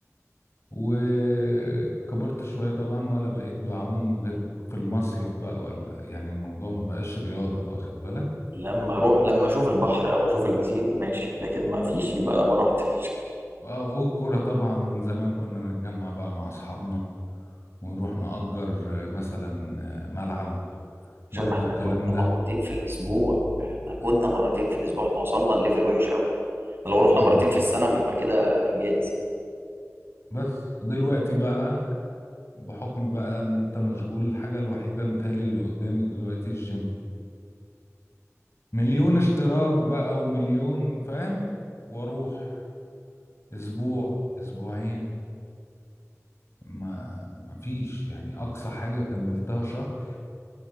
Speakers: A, on the left (about 55°); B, on the right (about 45°).
A: وكبرت شوية طبعا ولا بقيت بعوم غير في المصيف بقى ولا يعني الموضوع ما بقاش رياضة واخد بالك
B: لما اروح لما اشوف البحر او اشوف البسين ماشي لكن ما فيش يبقى انا ما رحتش
A: اه والكرة طبعا زمان كنا نتجمع بقى مع أصحابنا ونروح نأجر آه، مثلا آه، ملعب
B: <laughs> عشان
A: برضو
B: احنا
A: الكلام
B: كنا مرتين
A: ده
B: في الاسبوع احنا كنا مرتين في الاسبوع احنا وصلنا الليفل وحش قوي لو رحنا
A: مم.
B: مرتين في السنة بيبقى كده انجاز
A: بس دلوقتي بقى بحكم بقى ان انت مشغول الحاجة الوحيدة متهيألي اللي قدامي دلوقتي الجيم مليون اشتراك بقى ومليون فاهم واروح اسبوع اسبوعين ما ما فيش يعني اقصى حاجه كملتها شهر